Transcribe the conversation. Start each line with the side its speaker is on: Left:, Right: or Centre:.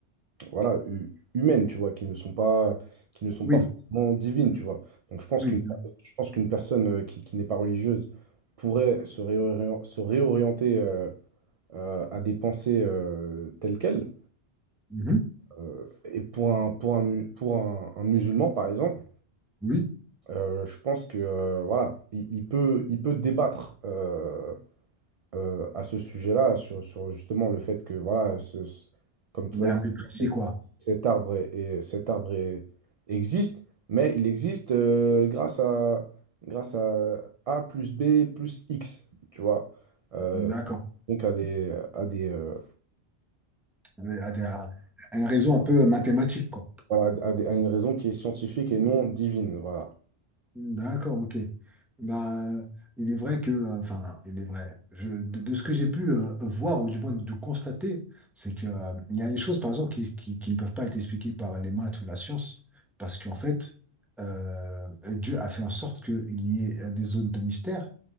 Right: voilà, hu- humaines, tu vois, qui ne sont pas, qui ne sont
Centre: oui,
Right: pas forcément divines, tu vois. Donc je pense
Centre: oui.
Right: qu'une, je pense qu'une personne euh, qui, qui n'est pas religieuse pourrait se réorien- se réorienter euh, euh, à des pensées euh, telles quelles.
Centre: Mhm.
Right: Euh, et pour un, pour un, mu- pour un, un musulman, par exemple,
Centre: Oui,
Right: euh, je pense que euh, voilà, il, il peut, il peut débattre euh, euh, à ce sujet-là sur, sur justement le fait que voilà, ce- ce- comme tout
Centre: il y
Right: à
Centre: a
Right: l'heure,
Centre: un but précis, quoi.
Right: Cet arbre, est- est- cet arbre est- existe, mais il existe euh, grâce à, grâce à A plus B plus X, tu vois. Euh,
Centre: D'accord.
Right: donc à des, à des, euh,
Centre: À des- à des- à une raison un peu mathématique, quoi.
Right: voilà, à des- à une raison qui est scientifique et non divine, voilà.
Centre: D'accord, ok. Bah, il est vrai que, euh, enfin, il est vrai. Je, de, de ce que j'ai pu euh, voir, ou du moins de de constater, c'est que, euh, il y a des choses, par exemple, qui, qui, qui ne peuvent pas être expliquées par les maths ou la science, parce qu'en fait, euh, Dieu a fait en sorte qu'il y ait euh, des zones de mystère